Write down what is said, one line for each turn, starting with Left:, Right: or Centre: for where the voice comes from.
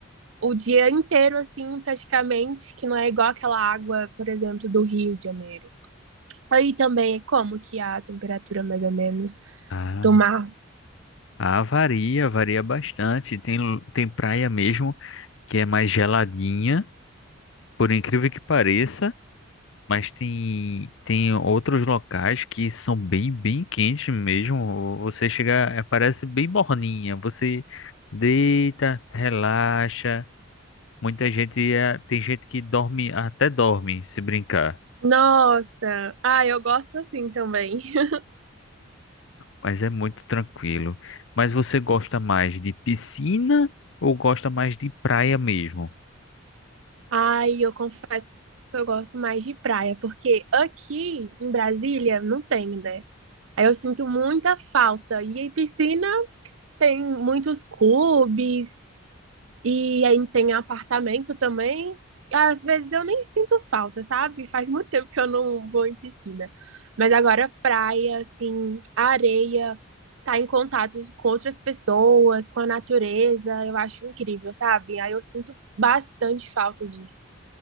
Right: o dia inteiro assim, praticamente, que não é igual aquela água, por exemplo, do Rio de Janeiro. Aí também é como que a temperatura mais ou menos
Left: Ah,
Right: do mar.
Left: ah, varia, varia bastante. Tem, lu- tem praia mesmo que é mais geladinha, por incrível que pareça, mas tem, tem outros locais que são bem, bem quentes mesmo. Você chega, eh, parece bem morninha. Você deita, relaxa. Muita gente é, tem gente que dorme, até dorme se brincar,
Right: Nossa, ah, eu gosto assim também. <laughs>
Left: mas é muito tranquilo. Mas você gosta mais de piscina ou gosta mais de praia mesmo?
Right: Ai, eu confesso que eu gosto mais de praia, porque aqui em Brasília não tem, né? Aí eu sinto muita falta. E aí piscina Tem muitos clubes e aí tem apartamento também. Às vezes eu nem sinto falta, sabe? Faz muito tempo que eu não vou em piscina. Mas agora praia, assim, areia, tá em contato com outras pessoas, com a natureza, eu acho incrível, sabe? Aí eu sinto bastante falta disso.